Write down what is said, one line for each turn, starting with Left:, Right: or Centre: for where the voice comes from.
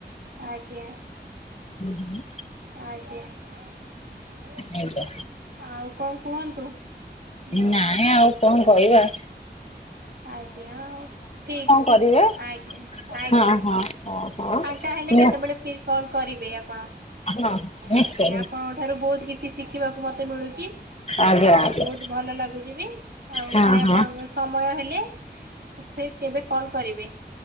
Right: ଆଜ୍ଞା।
Left: ହୁଁ
Right: ଆଜ୍ଞା
Left: ଆଜ୍ଞା
Right: ଆଉ କଣ କୁହନ୍ତୁ? ନା
Left: ନାଇଁ ଆଉ କଣ କହିବା?
Right: ଆଜ୍ଞା ଆଉ ଠିକ ଅଛି
Left: କରିବେ
Right: ଆଜ୍ଞା ଆଜ୍ଞା।
Left: ହଁ ହଁ।
Right: ଫାଙ୍କା ହେଲେ
Left: ମୁଁ
Right: କେତେବେଳେ ଫିର୍ କଲ୍ କରିବେ ଆପଣ।
Left: ହଁ ନିଶ୍ଚୟ।
Right: ଆଜ୍ଞା ଆପଣଙ୍କ ଠାରୁ ବହୁତ୍ କିଛି ଶିଖିବାକୁ ମତେ ମିଳୁଛି।
Left: ଆଜ୍ଞା
Right: ଆଉ
Left: ଆଜ୍ଞା
Right: ବହୁତ୍ ଭଲ ଲାଗୁଛି ବି ଆଉ
Left: ହଁ
Right: ପୁଣି ଆପଣଙ୍କ
Left: ହଁ
Right: ସ ମୟ ହେଲେ ଫିର୍ କେବେ କଲ୍ କରିବେ।